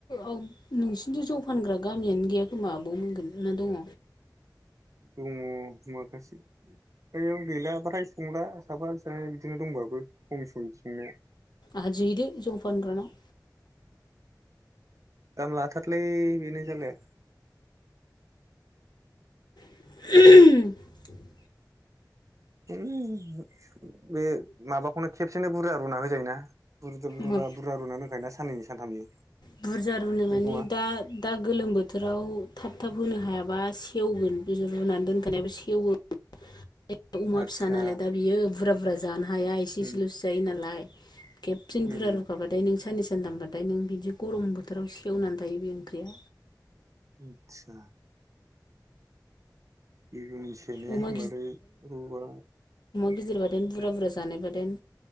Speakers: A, on the left; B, on the right.
A: ओ नोंसिनिथिं जौ फानग्रा गामियानो गैया खोमा बाव मोनगोन ना दङ?
B: दङ माखासे बेयाव गैला फ्राय संला साफा सानै बिदिनो दंबाबो खमसै संनाया
A: आदि हैदो जौ फानग्रानाव
B: दाम लाथारलै बेनो जारलाया
A: <unintelligible>
B: <unintelligible> बे माबाखौनो खे बिसोरनो बुरजा रुना होजायो ना। बुरजा बुरा
A: होमबा
B: बुरा रुनानै दोनखायो ना साननै सानथामनि
A: बुरजा रुनाय माने
B: मैगङा
A: दा दा गोलोम बोथोराव थाब थाब होनो हाया बा सेवगोन बे रुनानै दोनखानायाबो सेवो। बे अमा
B: आदसा
A: फिसा नालाय दा बियो बुरजा बुरजा जानो हाया एसे
B: उम
A: एसेल'स जायो नालाय। खेबसेनो
B: उम
A: बुरजा रुखाबाथाय नों साननैसो दोनदोंबाथाय नों बिदि गरम बोथोराव सेवनानै थायो बे ओंख्रिया
B: आतसा। बेबो मोन सेनो
A: अमा
B: होमबालाय रुुबा
A: गिदिरबादेन बुरजा बुरजा जानायबादेन